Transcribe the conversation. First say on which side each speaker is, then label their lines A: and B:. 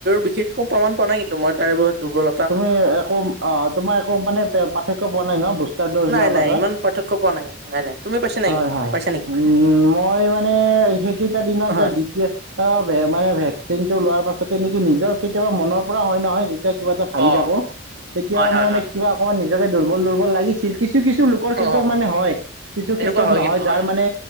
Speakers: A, on the right; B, on the right.
A: বিশেষ এক প্ৰমাণ পোৱা নাই কিন্তু মই তাৰে পিছত দুৰ্বল
B: তুমি একো অ' তোমাৰ একো মানে পাৰ্থক্য পোৱা নাই ন বুষ্ট তাৰ ড'জ
A: নাই
B: লোৱাৰ
A: নাই
B: পাছত?
A: ইমান পাৰ্থক্য পোৱা নাই নাই নাই তুমি পাইছা নেকি
B: হয় হয়
A: পাইছা নেকি
B: ম-মই মানে বিশেষ কেইটা দিনতে
A: হয়
B: দি মানে ভেকচিনটো লোৱাৰ পাছতে নেকি নিজৰ কেতিয়াবা মনৰ পৰা হয় নহয় যেতিয়া কিবা এটা ভাবি
A: অ
B: থাকো। তেতিয়া
A: হয় হয়
B: মই মানে
A: হয়
B: কিবা অকণমান নিজকে দুৰ্বল দুৰ্বল লাগি কিছু কিছু লোকৰ ক্ষেত্ৰত
A: অ
B: মানে হয়। কিছু
A: এনেকুৱা
B: ক্ষেত্ৰত
A: হয়
B: নহয়
A: কিন্তু
B: যাৰ
A: হয়
B: মানে